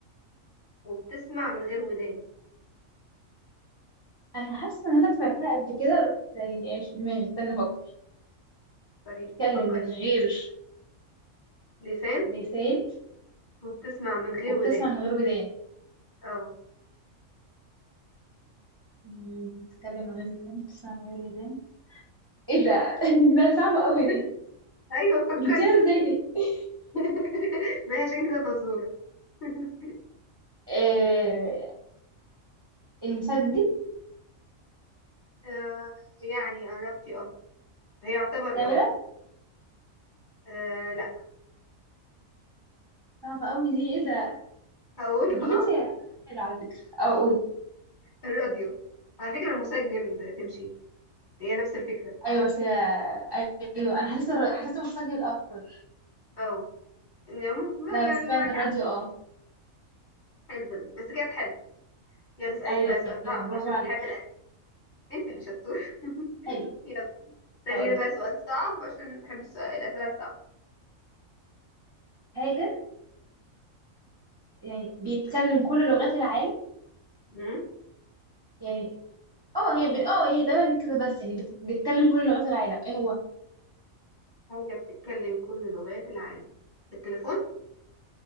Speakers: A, on the left (about 40°); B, on the right (about 25°).
A: وبتسمع من غير ودان
B: انا حاسه ان انا سمعتها قبل كده بس يعني ايش في دماغي استنى افكر
A: فريد
B: بتتكلم
A: فكري
B: من
A: شوية
B: غير
A: لسان
B: لسان
A: وبتسمع من غير
B: وبتسمع
A: ودان
B: من غير ودان
A: اه
B: أمم، بتتكلم من غير لسان وبتسمع من غير ودان ايه ده <laughs> ده صعبه قوي
A: <laughs>
B: دي
A: ايوه فكري
B: جبتيها ازاي دي
A: <laughs> ما هي عشان كده فزورة <laughs>
B: آه المسجل
A: آه يعني قربتي اه هي يعتبر
B: كاميرا
A: اه آه، لا
B: صعبه قوي دي ايه ده
A: هقول
B: بتجيب
A: خلاص
B: انت حاجات حلوه على فكره او اقول
A: الراديو على فكرة المسجل ده تمشي هي نفس الفكرة
B: ايوه بس هي- ايوه انا حاسه الر- حاسه المسجل اكتر
A: اه يعني
B: لا
A: يعني
B: بس فعلا
A: معك
B: الراديو
A: حق
B: اه
A: حلو بس كانت حلو يلا اسأليني
B: ايوه
A: بقى سؤال صعب
B: برافو
A: عشان
B: عليكي
A: انا بحب الأسئلة انت اللي شطور
B: حلو
A: <laughs> يلا اسأليني
B: هقول
A: بقى
B: لك
A: سؤال صعب عشان بحب السؤال الأسئلة الصعبة
B: حاجه يعني بيتكلم كل لغات العالم
A: أمم.
B: يعني اه هي بت... اه هي تمام كده بس يعني بت... بيتكلم كل لغات العالم ايه هو
A: حاجة بتتكلم كل لغات العالم التليفون